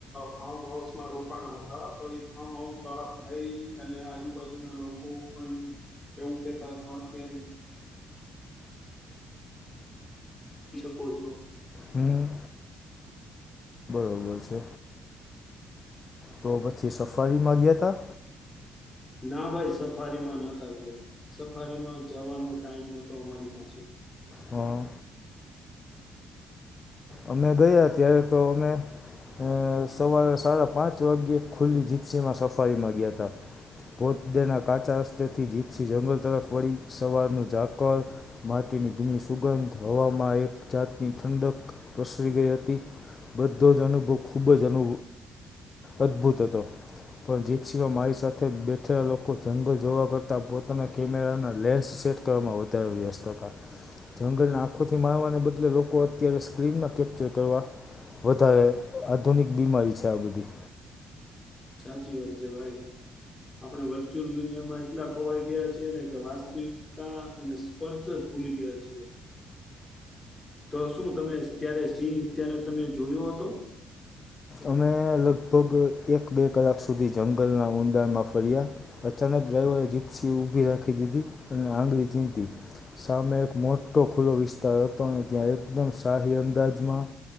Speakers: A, on the left; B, on the left.
A: ફારમ હાઉસ રોકાણા હતા તો ફાર્મ હાઉસ વાળા ભાઈ અને આજુબાજુના લોકો પણ એવું કેતા કે. <unintelligible> <inaudible> છો.
B: હમ છે તો પછી સફારીમાં ગયા તા?
A: ના ભાઈ સફારીમાં નતા ગયા સફારીમાં જવાનો ટાઈમ નતો અમારી પાસે
B: હા અમે ગયા ત્યારે તો અમે અ સવારે સાડા પાંચ વાગ્યે ખુલ્લી જીપ્સીમાં સફારી માગયા હતા. ભોતદેના કાચા રસ્તેથી જીપસી જંગલ તરફ વળી સવારનું ઝાકર માટીની ભીની સુગંધ હવામાં એક જાતની ઠંડક પ્રસરી ગઈ હતી. બધો જ અનુભવ ખૂબ જ અનુ અદભુત હતો પણ જે, સિવાય મારી સાથે બેઠેલા લોકો જંગલ જોવા કરતા પોતાના કેમેરાના લેન્સ સેટ <inaudible> વ્યવસ્થ હતા. જંગલને
A: હમ,
B: આંખોથી માણવાને બદલે લોકો અત્યારે સ્ક્રીનમાં કેપ્ચર કરવા, વધારે આધુનિક બીમારી છે આ બધી.
A: સાચી વાત છે ભાઈ. આપણે વર્ચ્યુઅલ દુનિયામાં એટલા ખોવાઈ ગયા છેએ ને કે વાસ્તવિકતા અને પર્ચદ ભુલે ગયા છે. તો શું તમે ત્યારે સિંહ ત્યારે તમે જોયો હતો?
B: અમે લગભગ એક બે કલાક સુધી જંગલના ઊંડાણમાં ફર્યા. અચાનક ડ્રાઈવરે જીપ્સી ઉભી રાખી દીધી અને આંગળી ચીંધી. સામે એક મોટો ખુલ્લો વિસ્તાર હતો અને ત્યાં એકદમ સહી અંદાજમાં